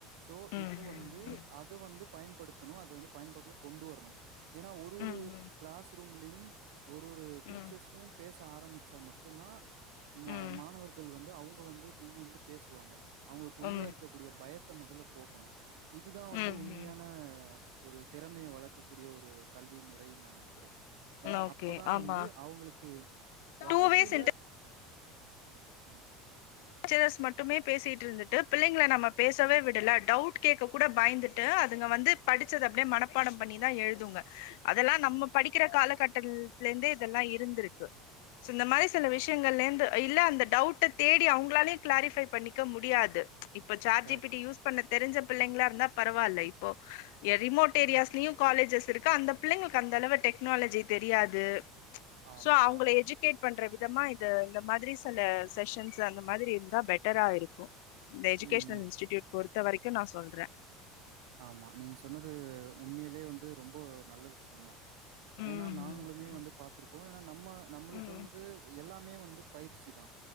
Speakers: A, on the right (about 80°); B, on the left (about 75°).
A: சோ
B: ம்
A: இப்ப
B: ம்
A: வந்து
B: ம்
A: அதை வந்து பயன்படுத்தணும் அத வந்து பயன்படுத்தனு அதவந்து பயன்பாட்டுல கொண்டு வரணு ஏன்னா ஒரு
B: ம்
A: ஒரு கிளாஸ் ரூம்லயும் ஒரு ஒரு டீச்சர்ஸும்
B: ம் ம்
A: பேச ஆரம்பிச்சா மட்டுந்தா மா
B: ம்
A: மாணவர்கள் வந்து அவங்க வந்து முன் வந்து பேசுவாங்க அவங்களுக்கு
B: ம்
A: உள்ள இருக்கக்கூடிய பயத்த மொதல்ல போக்கணு இதுதா வந்து
B: ம்
A: உண்மையான
B: ம்
A: ஒரு திறமையை வளர்க்கக்கூடிய ஒரு கல்வி முறைன் நா நெனைக்கிறே ஏன்னா
B: ஓகே
A: அப்பதா
B: ஆமா
A: வந்து அவங்களுக்கு வாழ்க்கையில
B: டூ வேஸ்
A: ம்,
B: டீச்சர்ஸ் மட்டுமே பேசிட்டு இருந்துட்டு பிள்ளைங்கள நம்ம பேசவே விடல டவுட் கேட்க கூட பயந்துட்டு அதுங்க வந்து படிச்சதப்படியே மனப்பாடம் பண்ணிதா எழுதுங்க அதெல்லா நம்ம
A: ம்.
B: படிக்கிற காலகட்டலத்தலருந்தே இதெல்லா இருந்திருக்கு சோ இந்த மாரி சில
A: ஆமா.
B: விஷயங்கள்லேந்து இல்ல அந்த டவுட்ட தே அவுங்களாவே க்ளாரிபை பண்ணிக்க முடியாது இப்ப chat
A: correct.
B: G P T use பண்ண தெரிஞ்ச பிள்ளைங்களா இருந்தா பரவால்ல இப்போ ரிமோட் ஏரியாஸ்லயும்
A: ம்.
B: காலேஜஸ் இருக்கு அந்த பிள்ளைங்களுக்கு அந்த அளவு டெக்னாலஜி தெரியாது
A: ஆமா,
B: சோ அவங்கள
A: ஆமா.
B: எஜுகேட் பண்ற விதமா இது இந்த மாதிரி சில செக்ஷன்ஸ் அந்த மாதிரி இருந்தா பெட்டரா இருக்கு இந்த எஜுகேஷனல்
A: ம். ம்.
B: இன்ஸ்டிடூட் பொறுத்த வரைக்கு நா சொல்றே
A: ஆமா நீங்க சொன்னது உண்மையிலயே வந்து ரொம்ப நல்ல விஷயம்தா
B: ம்
A: ஏன்னா நாங்களுமே
B: ம்
A: வந்து பாத்துருப்போ ஏன்னா நம்ம நம்மளுக்கு
B: ம்
A: வந்து எல்லாமே வந்து பயிற்சி தா